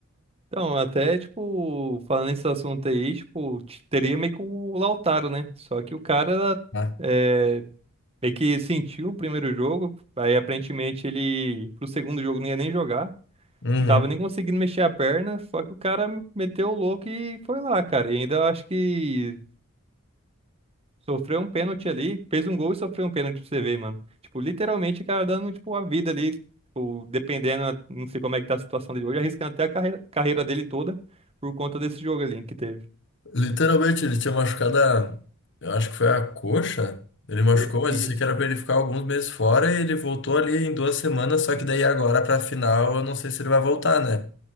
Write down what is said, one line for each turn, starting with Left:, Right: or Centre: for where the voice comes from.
Right: Então, até, tipo, falando nesse assunto aí, tipo, t- teria meio que o Lautaro, né? Só que o cara
Left: Ah.
Right: é, meio que sentiu o primeiro jogo, aí aparentemente ele, pro segundo jogo, não ia nem jogar,
Left: Uhum.
Right: não tava nem conseguindo mexer a perna, só que o cara meteu o louco e foi lá, cara. E ainda eu acho que Sofreu um pênalti ali, fez um gol e sofreu um pênalti pra você ver, mano. Tipo, literalmente, o cara dando, tipo, a vida ali, tipo, dependendo, não sei como é que tá a situação dele hoje, arriscando até a carreira, carreira dele toda por conta desse jogo ali que teve.
Left: Literalmente, ele tinha machucado a. Eu acho que foi a coxa. Ele machucou,
Right: Eu-
Left: mas
Right: Isso.
Left: eu sei que era pra ele ficar alguns meses fora e ele voltou ali em duas semanas, só que daí agora pra final eu não sei se ele vai voltar, né?